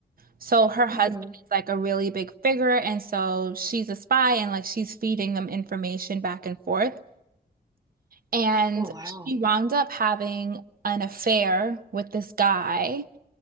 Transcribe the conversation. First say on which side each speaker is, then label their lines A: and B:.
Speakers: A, on the right (about 60°); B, on the right (about 20°).
A: So her husband
B: Mm-hmm.
A: is like a really big figure, and so she's a spy and like she's feeding them information back and forth. And
B: Oh, wow.
A: she wound up having an affair with this guy